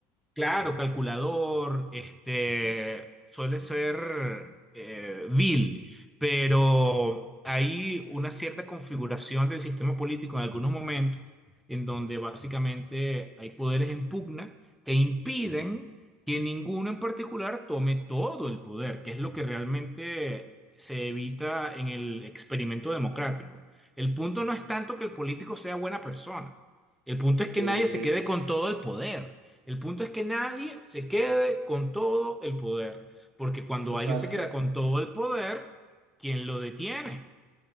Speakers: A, in the centre; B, on the right.
A: Claro, calculador, este, suele ser eh, vil, pero hay una cierta configuración del sistema político en algunos momentos en donde básicamente hay poderes en pugna que impiden que ninguno en particular tome todo el poder, que es lo que realmente se evita en el experimento democrático. El punto no es tanto que el político sea buena persona, el punto
B: Ok,
A: es que nadie
B: ok,
A: se quede con todo el poder. El punto es que nadie se quede con todo el poder, porque cuando
B: exacto,
A: alguien se queda con todo el poder, ¿quién lo detiene?